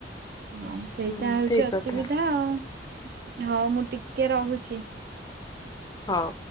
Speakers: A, on the right; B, on the left.
A: ହଁ ସେ। ସେଇଟା
B: ହୁଁ
A: ହଉଛି
B: ଠିକ
A: ଅସୁବିଧା
B: କଥା
A: ଆଉ ହଁ ମୁଁ ଟିକେ ରହୁଛି।
B: ହଁ।